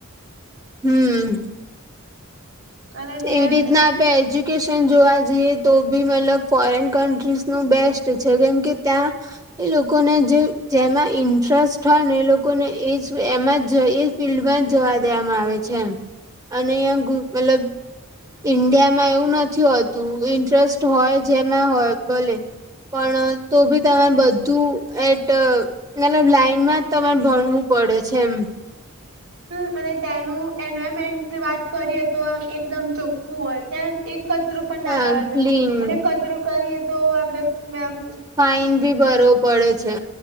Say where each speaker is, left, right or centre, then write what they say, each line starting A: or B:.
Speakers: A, on the right; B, on the right.
A: હમ
B: અને ત્યાં
A: એવી રીતના. એજ્યુકેશન જોવા જઈએ તો બી મતલબ ફોરેન કન્ટ્રીઝ નુ બેસ્ટ છે કેમ કે ત્યાં એ લોકોને જે જેમાં ઇન્ટરેસ્ટ હોય ને એ લોકોને એજ એમાં જ ઇજ. ફિલ્ડમાં જ જવા દેવામાં આવે છે એમ અને અહીં ગુ મતલબ ઈન્ડિયામાં એવું નથી હોતું ઇન્ટરેસ્ટ હોય જેમાં હોય ભલે પણ તો ભી તમે બધું એટ મતલબ લાઈનમાં જ તમારે ભણવું પડે છે એમ.
B: હમ અને ત્યાંનું એન્વાયરમેન્ટની વાત કરીએ તો આમ એકદમ ચોખ્ખું હોય ત્યાં. એક કચરું પણ ના
A: હા
B: કરવા દે
A: ક્લીન
B: અને કચરું કરીએ તો આપડે મેબ
A: ફાઈન બી ભરવો પડે છે.